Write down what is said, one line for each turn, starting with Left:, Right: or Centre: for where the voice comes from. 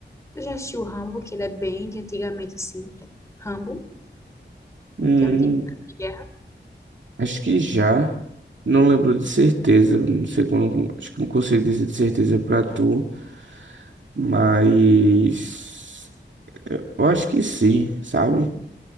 Left: eu já assisti o Rambo, que ele é bem de antigamente, assim. Rambo,
Right: Hum,
Left: que é um de de guerra.
Right: acho que já. Não lembro de certeza. Não sei quando. Acho que não consigo dizer de certeza pra tu. Mas eu acho que sim, sabe?